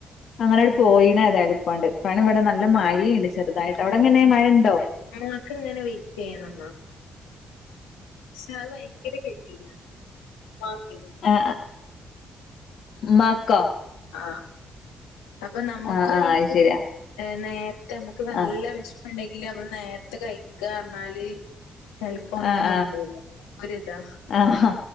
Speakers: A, on the left; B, on the left.
A: അങ്ങനട്
B: ഉം
A: പോയിണ ഏതായലിപ്പണ്ട് അപ്പാണ് ഇവിടെ നല്ല മഴയണ്ട് ചെറുതായിട്ട് അവിടെ എങ്ങനെയെ മഴയുണ്ടോ
B: ക്ക് ഇങ്ങനെ വൈറ്റ്യ്യണംന്നോ ശ ഭയങ്കര കേതിയേട് മാക്ക
A: ആ മാക്കോ
B: ആ അപ്പൊ നമുക്ക്
A: ആഹ്
B: ഒരീസം
A: ആഹ് അത് ശരിയാ
B: നേർത്തെ നമുക്ക് നല്ല
A: ആഹ്
B: വിഷ ഉണ്ടെങ്കില് നമ്മള് നേരത്ത് കഴിക്കറഞ്ഞാല് ചെലപ്പോ ഒന്നും
A: ആഹ്
B: മിണ്ടൂല്ല ഒരിതാ
A: ആഹ്